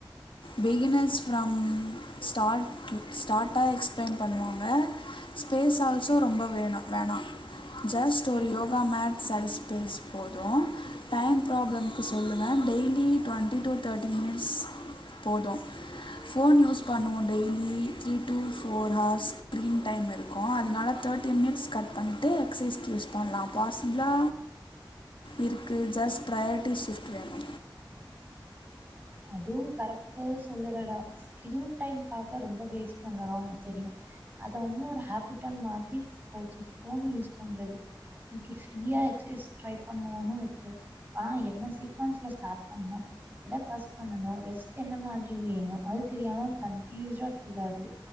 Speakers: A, on the left; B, on the right.
A: பிகினர்ஸ் ஃப்ரம் ஸ்டாட்ல் ஸ்டாட்டா எக்ஸ்ப்ளய்ன் பண்ணுவாங்க ஸ்பேஸ்ஸால்சோ ரொம்ப வேண வேணா ஜஸ்ட் ஒரு யோகா மேட் சைஸ் ஸ்பேஸ் போது டைம் ப்ராப்ளம்க்கு சொல்லுவே டெய்லி ட்வண்ட்டி டு தேட்டி மினிட்ஸ் போது ஃபோன் யூஸ் பண்ணுவோ daily three two four hours screen டைமிருக்கு அதனால தேட்டி மினிட்ஸ் கட் பண்ணிட்டு எக்சைஸ்க்கு யூஸ் பண்லா பாசிப்ளா இரு க்கு ஜஸ்ட் ப்ரையாரிட்டி ஷிஃப்ட் வேணு
B: அதுவு கரெக்ட்டாதா சொல்லுறடா ஸ்க்ரீன் டைம் பாத்தா ரொம்ப வேஸ்ட் பண்ணறோன்னு தெரியு அதவந்து ஒரு ஹேபிட்டா மாத்தி ஃப் போச் ஃபோன் யூஸ் பண்றது ஓகே ஃப்ரீயா எக்ஸைஸ் ட்ரை பண்வோணு வச்சுருக் ஆனா என்ன சீக்வன்ஸ்ல ஸ்டாட் பண்ணு ஏதா ஃபஸ்ட் பண்ணனு ரெஸ்ட் என்ன மாதிரி வேணு அதுதெரியாம கன்ஃப்யூஸ்டா ஃபீலாகுது